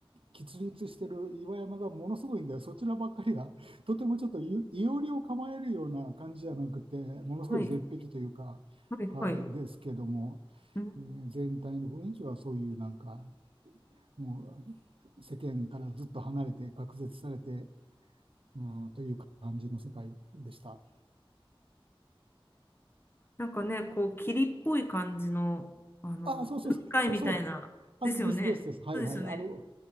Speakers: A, on the right; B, on the left.
A: 結立してる岩山がものすごいんだよ。そちらばっかりが、<laughs> とてもちょっとい、いおりを構えるような感じじゃなくて、ものすごい絶壁というか、
B: はい。はい。
A: はい、
B: はい。
A: ですけども、
B: うん
A: えー全体の雰囲気はそういうなんか、もう世間からずっと離れて、隔絶されて、うん、という感じの世界でした。
B: なんかね、こう、霧っぽい感じの、あの、
A: あ、そうそうそう、
B: 雲海みたいな、
A: そうそう。あ、
B: ですよね。
A: ですですです。はいはい。
B: そうですよね。
A: あの、